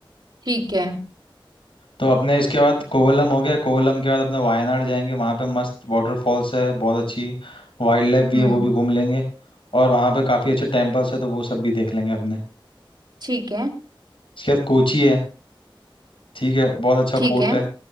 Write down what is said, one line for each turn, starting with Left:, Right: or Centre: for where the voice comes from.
Right: ठीक है
Left: तो अपने इसके बाद कोवलम हो गया कोवलम के बाद अपने वायनाड जाएंगे वहाँ पे मस्त वाटरफॉल्स है बहुत अच्छी वाइल्ड लाइफ भी
Right: हम्म
Left: है वो भी घूम लेंगे और वहाँ पे काफ़ी अच्छे टेम्पल्स है तो वो सब भी देख लेंगे अपने
Right: ठीक है
Left: इसके बाद कोची है ठीक है बहुत अच्छा
Right: ठीक
Left: पोर्ट
Right: है
Left: है